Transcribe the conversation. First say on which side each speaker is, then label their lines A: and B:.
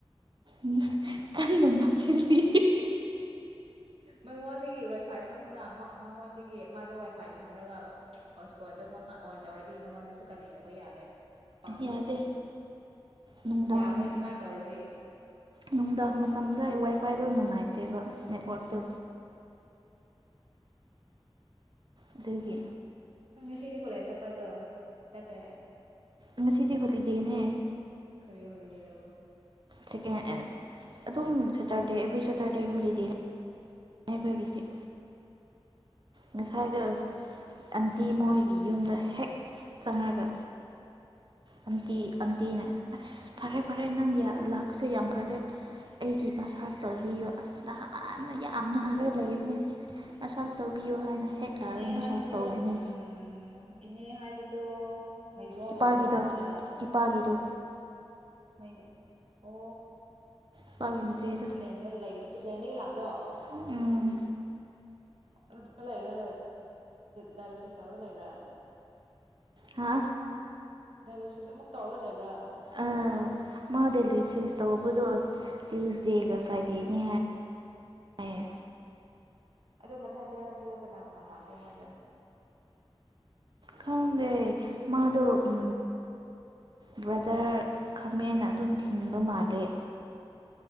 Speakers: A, on the right; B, on the right.
A: ꯎ ꯀꯟꯅ <inaudible> ꯁꯤꯜꯂꯤ
B: ꯃꯉꯣꯟꯗꯒꯤ ꯋꯥꯏꯐꯥꯏ ꯁꯝꯃꯨꯅ ꯃꯉꯣꯟꯗꯒꯤ ꯃꯥꯗ ꯋꯥꯏꯐꯥꯏ ꯁꯝꯃꯒ ꯍꯣꯠ ꯏꯁꯄꯣꯠꯗꯣ ꯃꯥ ꯑꯣꯟ ꯇꯧꯔꯗꯤ ꯅꯉꯣꯟꯗꯁꯨ ꯀꯥꯟꯅꯦꯛꯇꯧꯕ ꯌꯥꯔꯦ ꯄꯥꯡꯉꯤꯍꯦ
A: ꯌꯥꯗꯦ ꯅꯨꯡꯗꯥꯡ
B: ꯌꯥꯕꯅꯦ ꯑꯗꯨꯃꯥꯏꯅ ꯇꯧꯔꯗꯤ
A: ꯅꯨꯡꯗꯥꯡ ꯃꯇꯝꯗ ꯋꯥꯏ ꯈ꯭ꯋꯥꯏꯗꯣ ꯅꯨꯡꯉꯥꯏꯇꯦꯕ ꯅꯦꯠꯋꯔꯛꯇꯣ ꯑꯗꯨꯗꯒꯤ
B: ꯉꯁꯤꯗꯤ ꯀꯣꯂꯦꯖ ꯆꯠꯄ꯭ꯔꯗꯣ ꯆꯠꯇ꯭ꯔꯦ
A: ꯉꯁꯤꯗꯤ ꯍꯣꯂꯤꯗꯦꯅꯦ
B: ꯈꯔꯔꯤ ꯍꯣꯂꯤꯗꯦ ꯂꯩꯕ
A: ꯁꯦꯀꯦꯟ ꯑꯗꯨꯝ ꯁꯦꯇꯔꯗꯦ ꯑꯦꯕ꯭ꯔꯤ ꯁꯦꯇꯔꯗꯦ ꯍꯣꯂꯤꯗꯦ ꯑꯩꯈꯣꯏꯒꯤꯗꯤ ꯉꯁꯥꯏꯗ ꯑꯟꯇꯤ ꯃꯣꯏꯒꯤ ꯌꯨꯝꯗ ꯍꯦꯛ ꯆꯪꯉꯒ ꯑꯝꯇꯤ ꯑꯝꯇꯤꯅ ꯑꯁ ꯐꯔꯦ ꯐꯔꯦ ꯅꯪ ꯂꯥꯛꯄꯁꯦ ꯌꯥꯝ ꯐꯔꯦ ꯑꯩꯒꯤ ꯃꯁꯥꯁ ꯇꯧꯕꯤꯌꯣ ꯑꯁ ꯍꯥꯟꯟꯅ ꯌꯥꯝ ꯅꯥꯔꯒ ꯂꯩꯕꯅꯦ ꯃꯁꯥꯁ ꯇꯧꯕꯤꯌꯣ ꯍꯥꯏꯅ ꯍꯦꯛ ꯂꯥꯛꯔꯒ
B: ꯏꯅꯦ ꯍꯥꯏꯕꯗꯣ
A: ꯃꯁꯥꯁ ꯇꯧꯕꯅꯦ
B: ꯎꯝ ꯏꯅꯦ ꯍꯥꯏꯕꯗ ꯇꯣ ꯃꯩꯖꯣꯜꯂꯣ
A: ꯏꯄꯥꯒꯤꯗꯣ
B: ꯃꯃꯥꯗ꯭ꯔꯥ
A: ꯏꯄꯥꯒꯤꯗꯣ
B: ꯃꯩ ꯑꯣ
A: ꯏꯄꯥꯒꯤ ꯃꯆꯦꯗꯣ
B: ꯄꯁꯂꯗ ꯂꯩꯕ ꯄꯤꯁꯁꯂꯦꯟꯗꯒꯤ ꯂꯥꯛꯇ꯭ꯔꯣ
A: ꯎꯝ
B: ꯑꯗꯨ ꯂꯩ꯭ꯔꯒ ꯗꯥꯏꯂꯣꯁꯤꯁ ꯇꯧꯔꯒ ꯂꯩꯕ꯭ꯔꯥ
A: ꯍꯥ
B: ꯗꯥꯏꯂꯦꯁꯤꯁ ꯑꯃꯨꯛ ꯇꯧꯔꯒ ꯂꯩꯕ꯭ꯔꯥ
A: ꯑ ꯃꯥ ꯇꯂꯁꯤ ꯦꯁ ꯇꯧꯕꯗꯣ ꯇ꯭ꯌꯨꯁꯗꯦꯒ ꯐ꯭ꯔꯥꯏꯗꯦꯅꯤ ꯍꯥꯏꯦ
B: ꯑꯗꯨꯗꯣ ꯃꯊꯪ ꯇꯔꯥ ꯅꯠꯇ꯭ꯔꯒ ꯀꯅꯥ ꯀꯅꯥ ꯂꯥꯛꯀꯦ ꯃꯣꯏꯗ
A: ꯀꯗꯦ ꯃꯥ ꯑ ꯕ꯭ꯔꯗꯔ ꯈꯥꯃꯦꯟ ꯑꯗꯨꯝ ꯊꯤꯟꯕ ꯃꯥꯜꯂꯦ